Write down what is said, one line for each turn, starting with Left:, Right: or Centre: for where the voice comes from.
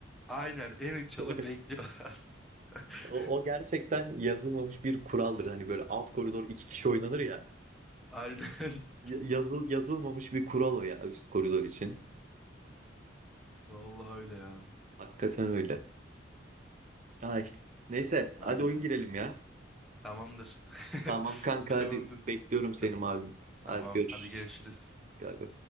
Centre: Aynen en üç çalı
Right: <laughs>
Centre: bekliyorlar. <laughs>
Right: O, o gerçekten yazılmamış bir kuraldır. Hani böyle alt koridor iki kişi oynanır ya.
Centre: Aynen. <laughs>
Right: Ya- Yazıl, yazılmamış bir kural o ya üst koridor için.
Centre: Vallahi öyle ya.
Right: Hakikaten öyle. Ay. Neyse
Centre: Vay
Right: hadi oyun
Centre: be.
Right: girelim ya.
Centre: Tamamdır. <laughs>
Right: Tamam kanka
Centre: Tamamdır.
Right: hadi bekliyorum seni
Centre: Hadi.
Right: malum. Hadi
Centre: Tamam.
Right: görüşürüz.
Centre: Hadi görüşürüz.
Right: Galiba.